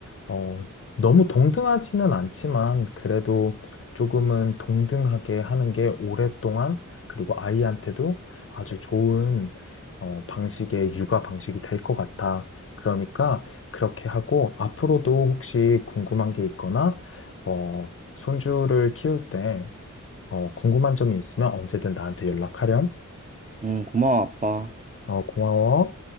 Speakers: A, on the left; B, on the right.
A: 어, 너무 동등하지는 않지만 그래도 조금은 동등하게 하는 게 오랫동안 그리고 아이한테도 아주 좋은 어, 방식의 육아 방식이 될 것 같아. 그러니까 그렇게 하고 앞으로도 혹시 궁금한 게 있거나 어, 손주를 키울 때 어, 궁금한 점이 있으면 언제든 나한테 연락하렴.
B: 응, 고마워, 아빠.
A: 어, 고마워.